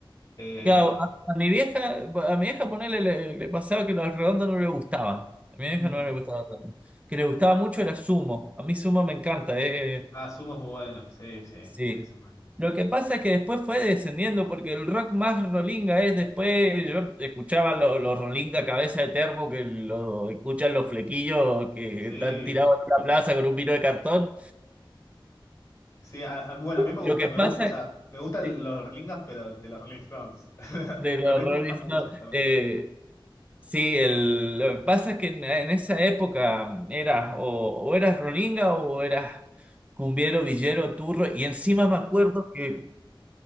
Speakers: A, on the left (about 35°); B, on the right (about 15°).
A: Eh,
B: Claro, a, a mi vieja, a mi vieja ponerle le, le pasaba que los redondos no le gustaban. A mi
A: mm,
B: vieja no le gustaba tanto. Que le gustaba mucho era sumo. A mí sumo me encanta, eh.
A: ah, Sumo es muy bueno, sí, sí,
B: Sí.
A: sí, son buenos.
B: Lo que pasa es que después fue descendiendo, porque el rock más rolinga es después. Yo escuchaba los los rolinga cabeza de termo, que lo escuchan los flequillos que
A: Sí,
B: están tirados en la plaza con un vino de cartón.
A: Sí, a- a- bueno, a mí me
B: Lo
A: gusta,
B: que
A: me
B: pasa
A: gusta, o sea,
B: es
A: me gustan
B: que-
A: los Rollingas, pero de los Rolling Stones. <laughs>
B: de los
A: Los Rolling Stones
B: Rolling
A: me gustan
B: Stones,
A: mucho también.
B: eh, Sí, el, lo que pasa es que en, en esa época eras o, o eras rolinga o eras cumbiero, villero, turro. Y encima
A: Sí.
B: me acuerdo que